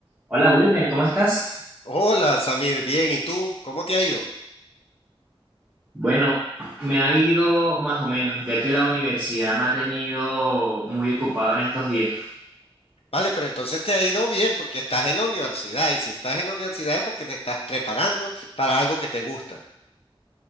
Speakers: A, on the right (about 15°); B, on the left (about 85°).
A: Hola Wilmer, ¿cómo estás?
B: Hola, Samir, bien, ¿y tú? ¿Cómo te ha ido?
A: Bueno, me ha ido más o menos, ya que la universidad me ha tenido muy ocupado en estos días.
B: Vale, pero entonces te ha ido bien porque estás en la universidad y si estás en la universidad es porque te estás preparando para algo que te gusta.